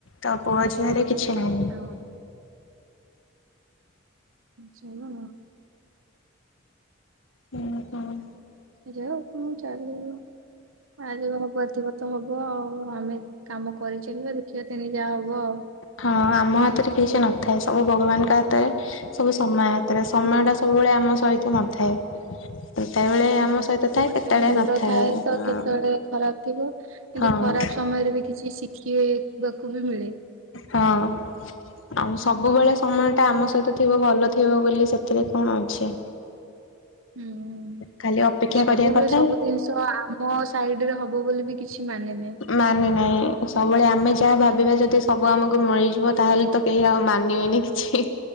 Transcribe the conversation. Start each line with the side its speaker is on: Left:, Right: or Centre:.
Left: ତପୁଅ ଝିଅରେ କିଛି ନାହିଁ।
Right: ହଁ। ଶୁଣ।
Left: ହୁଁ ହଁ।
Right: ଯାଉ କଣ ଚାଲିବ ଆଯେବେ ହବାର ଥିବତ ହବ ଆଉ ଆମେ କାମ କରିଚାଲିବା ଦେଖିବା ତେଣିକି ଯାହା ହବ ଆଉ।
Left: ହଁ ଆମ ହାତରେ କିଛି ନଥାଏ ସବୁ ଭଗବାନଙ୍କ ହାତରେ ସବୁ ସମୟ ହାତରେ ସମୟ
Right: ହୁଁ।
Left: ଟା ସବୁବେଳେ ଆମ ସହିତ ନଥାଏ। କେତେବେଳେ
Right: ହଁ
Left: ଆମ ସହିତ
Right: କେତେବେଳେ
Left: ଥାଏ
Right: ଭଲ
Left: ନଥାଏ
Right: ଥାଏତ
Left: ହଁ।
Right: କେତେବେଳେ ଖରାପ୍ ଥିବ। କିନ୍ତୁ
Left: ହଁ
Right: ଖରାପ୍ ସମୟରେବି କିଛି ଶିଖିବାକୁବି ମିଳେ।
Left: ହଁ। ଆଉ ସବୁବେଳେ ସମୟଟା ଆମ ସହିତ ଥିବ ଭଲ ଥିବ ବୋଲି ସେଥିରେ କଣ ଅଛି।
Right: ହୁଁ
Left: ଖାଲି ଅପେକ୍ଷା
Right: ସବୁବେଳେ
Left: କରିବା କଥା
Right: ସବୁ ଜିନି ସ ଆମ ସାଇଟିରେ ହବ ବୋଲିବି କିଛି ମାନେ ନାହିଁ।
Left: ମାନେ ନାହିଁ ସବୁବେଳେ ଆମେ ଯାହା ଭାବିବା ଯଦି ସବୁ ଆମକୁ ମିଳିଯିବ ତାହେଲେ ତ କେହି ଆଉ ମାନିବେନି କିଛି